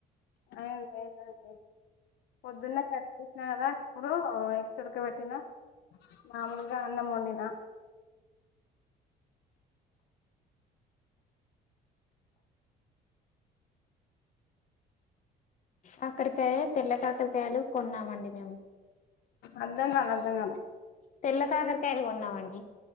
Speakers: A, on the left; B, on the left.
A: అయింది అయింది అండి పొద్దున్నే <unintelligible> అప్పుడు ఎగ్స్ ఉడక పెట్టినా మామూలుగా అన్నం వండినా
B: కాకరకాయ తెల్ల కాకరకాయలు కొన్నామండి మేము
A: అర్ధం కాలే అర్థం కాలే
B: తెల్ల కాకరకాయలు కొన్నామండి